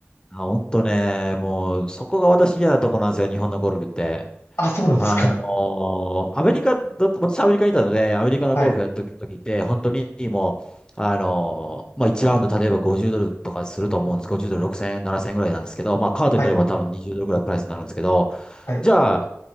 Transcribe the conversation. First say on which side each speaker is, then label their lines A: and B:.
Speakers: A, on the left; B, on the left.
A: あ、ほんとね、もう、そこが私嫌なとこなんですよ、日本のゴルフって。
B: あ、そうなんですか。
A: あのアメリカだと、私アメリカにいたので、アメリカのゴルフやってる時って、
B: はい、
A: 本当にもう、あのまあ、1ラウンド例えば50ドルとかすると思うんです。50ドル6000円、7000円ぐらいなんですけど、まあ、カードに乗れば多分20ドルぐらいプライスになるんですけど、
B: はい、はい、
A: じゃあ、